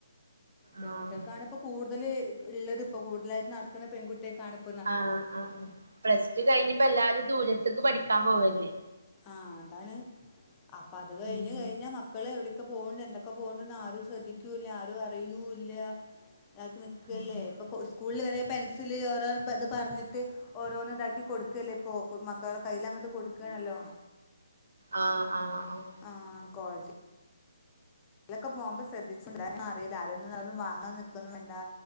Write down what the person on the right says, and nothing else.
ആഹ്
ആഹ് ആ പ്ലസ് ടു കഴിഞ്ഞ് ഇപ്പോ എല്ലാരും ദൂരത്ത്ക്ക് പഠിക്കാൻ പോവല്ലേ
ഉം
ഉം
ആഹ് ആഹ് ആഹ്